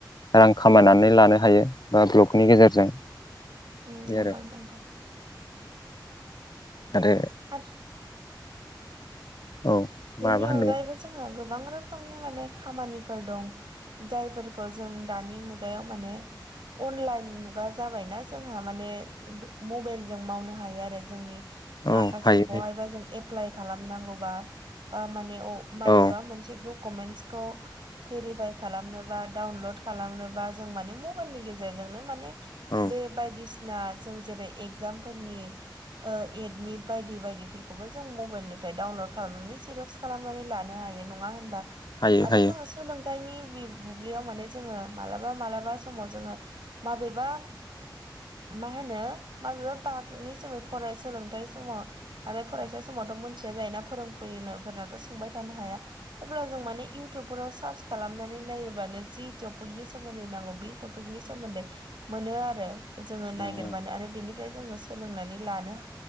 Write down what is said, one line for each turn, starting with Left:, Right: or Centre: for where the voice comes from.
Left: रां खामायनानै लानो हायो बा ब्लकनि गेजेरजों
Right: उम
Left: बे
Right: नंगौ
Left: आरो
Right: नंगौ।
Left: आरो
Right: आथि
Left: औ।
Right: बेनि
Left: माबा होनो
Right: अनगायैबो जोंहा गोबां रोखोमनि माने खामानिफोर दं। जायफोरखौ जों दानि मुगायाव माने अनलाइन मुगा जाबायना जोंहा बे माने मबाइलजों मावनो हायो आरो जोंनि
Left: औ
Right: माखासे
Left: हायो
Right: बहायबा जों एप्लाइ खालामनांगौबा बा माने माबेबा
Left: औ
Right: मोनसे डकुमेन्टसखौ भेरिफाइ खालामनोबा डाउनलड खालामनोबा जों माने मबाइलनि गेजेरजोंनो माने
Left: औ
Right: बे बायदिसिना जों जेरै एगजामफोरनि ओ एडमिट बायदि बायदिफोरखौबो जों मबाइलनिफ्राय डाउनलड खालामनानै सेर ज खालामनानै लानो हायो नंया होमबाथ
Left: हायो
Right: आरो
Left: हायो
Right: जोंङो सोलोंथाइनि बुब्लियाव माने जोङो मालाबा-मालाबा समाव जोङो माबेबा मा होनो माबेबा बागनि सोमै फराय सोलोंथाइ समाव आरो फरायसा समावथ' मोनथिया जायोना फोरोंनो फोरनाथ' सोंबाय थानो हाया अब्ला जों माने इ इउटुबफोराव सार्च खालामनानै नायोब्लानो जि टपिकनि सोमोन्दै नांगौ बे टपिकनि सोमोन्दै मोनो आरो। जोङो
Left: मोनो
Right: नागिरबानो आरो बेनि फ्राय जोङो सोलोंनानै लानो